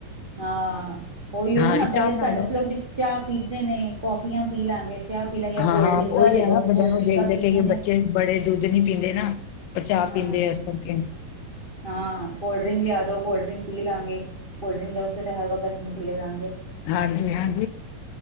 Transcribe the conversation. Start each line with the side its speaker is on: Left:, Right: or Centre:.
Right: ਹਾਂ, ਓਹੀ
Left: ਹਾਂ
Right: ਏ ਨਾ
Left: ਕਿ
Right: ਪਹਿਲੇ
Left: ਚਾਹ ਬਣਾ
Right: ਸਾਡੇ
Left: ਲੋ
Right: ਅਸੀ ਲੋਕ ਚਾਹ ਪੀਂਦੇ ਨੇ, ਕੌਫੀਆਂ ਪੀ ਲਾਂਗੇ। ਚਾਹ ਪੀ ਲਾਂਗੇ ਯਾਂ
Left: ਹਾਂ
Right: ਕੋਲਡ੍ਰਿੰਕਾਂ
Left: ਹਾਂ ਉਹੀ
Right: ਦੇ
Left: ਹੈ
Right: ਦੋ,
Left: ਨਾ ਵੱਡਿਆਂ
Right: ਕੋਲਡ੍ਰਿੰਕਾਂ
Left: ਨੂੰ ਦੇਖ ਦੇਖ
Right: ਪੀਣੀਆਂ
Left: ਕੇ
Right: ਨੇ।
Left: ਬੱਚੇ ਬੜੇ ਦੁੱਧ ਨੀ ਪੀਂਦੇ ਨਾ ਉਹ ਚਾਹ
Right: ਹਾ- ਹਾਂ,
Left: ਪੀਂਦੇ ਆ ਇਸ ਕਰਕੇ
Right: ਹਾਂ-ਹਾਂ, ਕੋਲਡ੍ਰਿੰਕ ਲਯਾਦੋ। ਕੋਲਡਰਿੰਕ ਪੀ ਲਾਂਗੇ, ਕੋਲਡਰਿੰਕ ਦੇ ਉੱਤੇ ਤੇ ਹਰ ਵਕਤ ਮੂੰਹ ਖੁੱਲ੍ਹੇ ਰਹਿਣਗੇ
Left: ਹਾਂਜੀ-ਹਾਂਜੀ